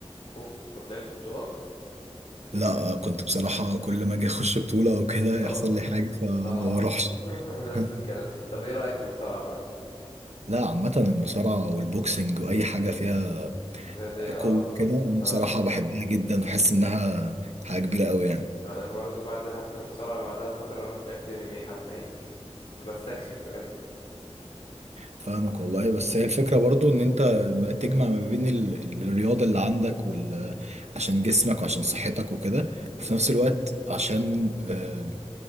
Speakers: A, on the left; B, on the right.
A: اوف طب لعبت بطولات
B: لا آه، كنت بصراحة كل ما أجي أخش بطولة أو كده
A: تتصاب
B: يحصل لي حاجة فما
A: اه
B: بروحش
A: <laughs>
B: <laughs>
A: نفس الكلام طب ايه رأيك في المصارعة بقى
B: لا عامة المصارعة والبوكسنج وأي حاجة فيها
A: قلت لي اه
B: قوة كده أنا
A: اه
B: بصراحة بحبها جدا وحاسس إنها حاجة كبيرة أوي يعني
A: انا برضه بعد حتى المصارعة بعدها بفترة رحت لعبت ام ام اي حبة يعني <laughs> كنت بستكشف فاهم
B: فاهمك والله بس هي الفكرة برضو ان انت ما تجمع ما بين ال... ال- الرياضة اللي عندك وال... عشان جسمك وعشان صحتك وكده وفي
A: مم.
B: نفس الوقت عشان آه،